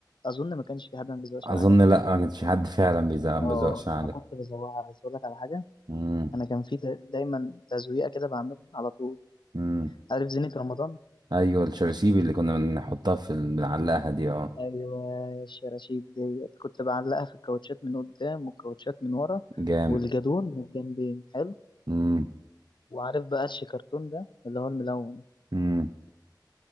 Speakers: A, on the left; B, on the right.
A: اظن ما كانش في حد ما بيزوقش
B: اظن
A: العجل
B: لا ما كانش حد فعلا بيزوق بيزوقش
A: اه
B: العجل
A: انا كنت بزوقها بس اقول لك على حاجه
B: مم،
A: انا كان في ت- دايما تزويقه كده بعملها على طول
B: مم.
A: عارف زينة رمضان
B: ايوه الشراشيب اللي كنا بنحطها في ال- بنعلقها دي اه
A: ايوه الشراشيب ديت كنت بعلقها في الكاوتشات من قدام والكاوتشات من ورا
B: جامد
A: والجدون من الجنبين حلو
B: مم،
A: وعارف بقى الشيكرتون ده اللي هو الملون
B: مم.